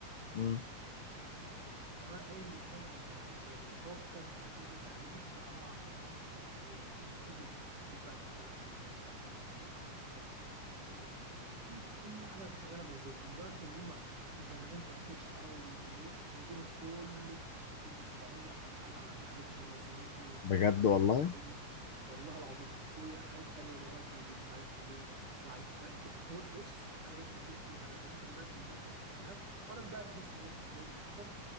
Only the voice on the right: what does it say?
هو قايم بالكامل على التبرعات وكلام من ده فهو كتاب الابلكيشن بقى عباره عن آه، كتب كتب بقى بتتكلم عن علم النفس على كتب بتتكلم عن الثقافه والتاريخ وكتب كل كل حاجه تتخيلها موجوده لدرجه ان هم مجمعين تفسير الشعراوي اللي جايبينه كله يجي 700 وحاجه حلقه على الابلكيشن منظمينه كده وم-
ومفلترينه
والله العظيم وحاجات تانية ودورات زي مش عارف اليمين وتأسيس وعي كلا- ك- كل بص حاجات جميلة جدا الابلكيشن ده بالنسبة لي كان اكتشاف وانا امبارح لسه والله كنت جاي من سفر